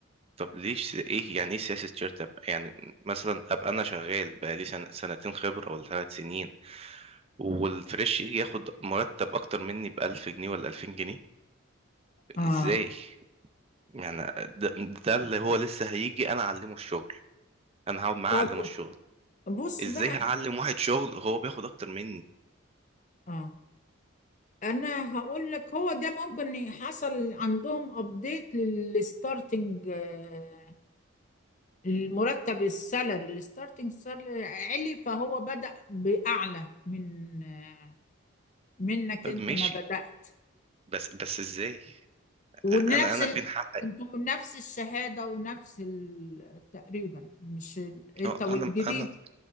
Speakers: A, on the right; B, on the left.
A: طب ليش س- ايه يعني ايه سياسة شركة يعني مثلا ابقى انا شغال بقالي سنة سنتين خبرة ولا ثلاث سنين مم. والفريش يجي ياخد مرتب اكتر مني بألف جنيه ولا ألفين جنيه
B: آه
A: ازاي يعني ده, ده اللي هو لسه هيجي انا اعلمه الشغل انا هقعد معاه
B: طب
A: اعلمه الشغل
B: بص
A: ازاي
B: بقى
A: هعلم واحد شغل هو بياخد اكتر مني
B: آه أنا هقول لك هو ده ممكن ي- حصل عندهم أبديت للستارتنج آه المرتب السالري الستارتنج سالري علي فهو بدأ بأعلى من آه منك
A: طب
B: أنت
A: ماشي
B: ما بدأت
A: بس بس ازاي
B: ونفس
A: انا انا
B: ال...
A: فين حقي
B: انتوا نفس الشهادة ونفس ال... تقريبا مش ال... انت
A: اه
B: والجديد
A: انا انا